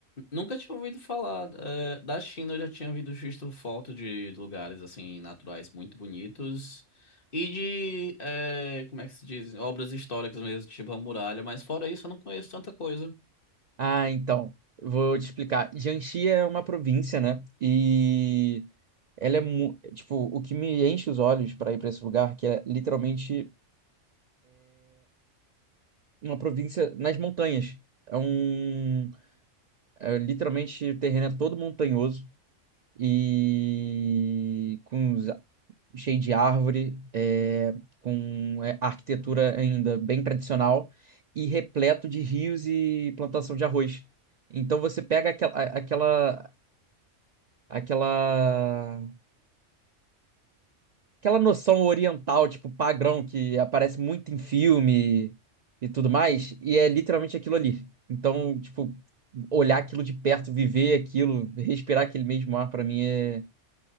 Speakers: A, on the left; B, on the right.
A: Nunca tinha ouvido falar. eh, da China eu já tinha ouvido visto foto de lugares assim naturais muito bonitos e de eh, como é que se diz? Obras históricas mesmo, tipo a muralha, mas fora isso eu não conheço tanta coisa.
B: Ah, então, vou te explicar. Jiangxi é uma província, né? E ela é, mu- tipo, o que me enche os olhos para ir para esse lugar, que é literalmente uma província nas montanhas. É um É, literalmente o terreno é todo montanhoso e com os- cheio de árvore, é, com é, arquitetura ainda bem tradicional e repleto de rios e plantação de arroz. Então você pega aquela aquela aquela aquela noção oriental, tipo padrão que aparece muito em filme e tudo mais, e é literalmente aquilo ali. Então, tipo, olhar aquilo de perto, viver aquilo, respirar aquele mesmo ar, pra mim é